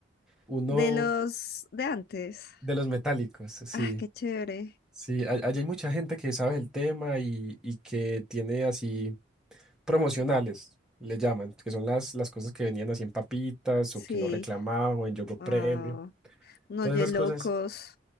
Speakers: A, in the centre; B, on the left (about 55°).
A: Uno
B: De los de antes.
A: de los metálicos, sí.
B: Ah, qué chévere.
A: Sí, a- allá hay mucha gente que sabe el tema y, y que tiene así promocionales, le llaman, que son las, las cosas que venían así en papitas
B: Sí.
A: o que uno reclamaba o en Yogo
B: Wow.
A: Premio.
B: Unos
A: Todas esas
B: locos.
A: cosas.